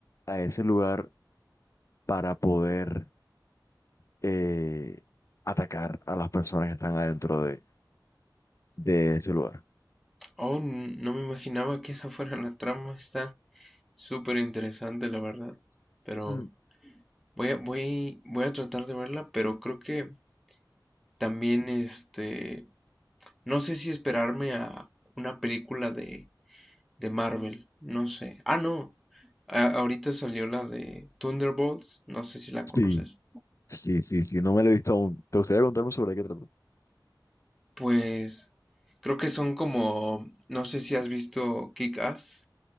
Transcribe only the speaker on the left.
a ese lugar para poder eh, atacar a las personas que están adentro de, de ese lugar.
Mm.
Sí, sí, sí, sí. No me la he visto aún. ¿Te gustaría contarme sobre qué trata?